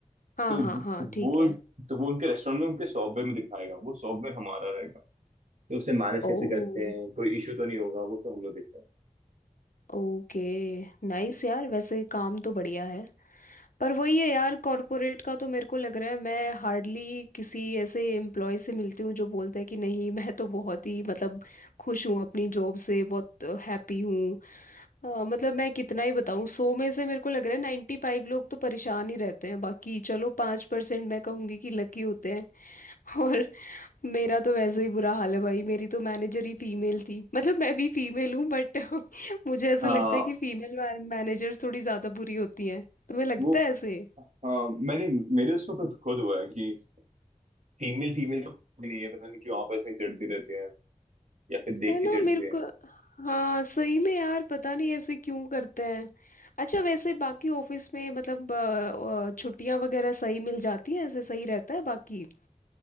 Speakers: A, on the left (about 80°); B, on the right (about 60°).
A: हाँ
B: तो
A: हाँ हाँ ठीक
B: वो
A: है
B: तो वो उनके रेस्टोरेंट में उनके सॉफ्टवेयर में दिखाएगा वो सॉफ्टवेयर हमारा रहेगा तो उसे मैनेज
A: Oh
B: कैसे करते हैं कोई इशू तो नहीं होगा वो सब हम लोग देखते हैं
A: okay नाइस यार वैसे काम तो बढ़िया है पर वही है यार कॉरपोरेट का तो मेरे को लग रहा है मैं हार्डली किसी ऐसे एम्प्लॉय से मिलती हूँ जो बोलता है कि नहीं <laughs> मैं तो बहुत ही मतलब खुश हूँ अपनी जॉब से बहुत हैप्पी हूँ अ, मतलब मैं कितना ही बताऊँ सौ में से मेरे को लग रहा है नाइन्टी फाइव लोग तो परेशान ही रहते हैं बाकी चलो पाँच परसेंट मैं कहूँगी कि लकी होते हैं <laughs> और मेरा तो वैसे ही बुरा हाल है भाई मेरी तो मैनेजर ही फीमेल थी मतलब मैं भी फीमेल हूँ बट <laughs> मुझे ऐसा
B: आ,
A: लगता है कि फीमेल मैनेजर्स थोड़ी ज़्यादा बुरी होती हैं तुम्हें लगता
B: वो
A: है ऐसे
B: हाँ मैंने मेरे उसमें खुद खुद हुआ है कि फीमेल फीमेल नहीं है पता नहीं क्यों आपस में चिढ़ती रहती है या फिर देख
A: है
B: के
A: ना
B: चिढ़ती
A: मेरे
B: है
A: को हाँ सही में यार पता नहीं ऐसे क्यों करते हैं अच्छा वैसे बाकी ऑफिस में मतलब अ, अ, छुट्टियां वगैरह सही मिल जाती हैं ऐसे सही रहता है बाकी